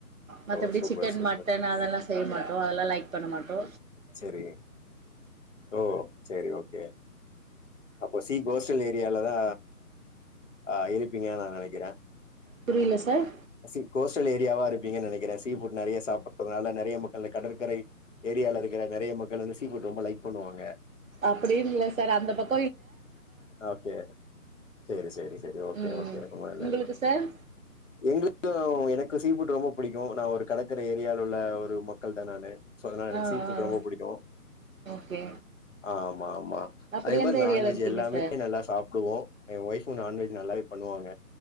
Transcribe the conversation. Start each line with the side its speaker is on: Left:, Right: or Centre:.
Right: மத்தபடி
Left: ஓ சூப்பர்
Right: சிக்கன்
Left: சூப்பர்
Right: மட்டன் அதெல்லா செய்ய மாட்டோ அதெல்லா லைக். பண்ணமாட்டோ.
Left: செரி. ஓ சேர். கே ஓகே. அப்போ சி கோஸ்டல் ஏரியாலதா ஆ இருப்பீங்கன் நா நெனைக்கிறே
Right: புரியல சார்
Left: சி கோஸ்டல் ஏரியாவா இருப்பீங்க நெனைக்கறே சீ ஃபுட் நெறைய சாப்புடுறதனால ந றைய மக்கள் கடற்கரை ஏரியால இருக்குற நெறைய மக்கள் வந்து சீஃபுட் ரொம்ப லைக் பண்ணுவாங்க
Right: அப்டி இல்ல சார் அந்த பக்
Left: ஓக்கே செரி செரி செரி ஓக்கே
Right: ம்
Left: ஓக்கே ரொம்ப நல்லது
Right: உங்களுக்கு சார்
Left: எங்களுக்கு எனக்கு சீஃபுட் ரொம்ப புடி மோ நா ஒரு கடைக்கறி ஏரியால உள்ள ஒரு மக்கள் தா நானு சோ அதனால எனக்
Right: ஆ
Left: சீஃபெட்
Right: ஆ
Left: ரொம்ப புடிக்கோ
Right: ஓகே
Left: ஆ ஆமா ஆமா
Right: அப்படி
Left: ஆ இன்
Right: எந்த
Left: நான்வெஜ்
Right: ஏரியால இருக்கீங்க
Left: எல்லாமே
Right: சார்
Left: நல்லா சாப்புடுவோ என் ஒயுஃபூ நான்வெஜ் நல்லாவே பண்ணுவாங்க.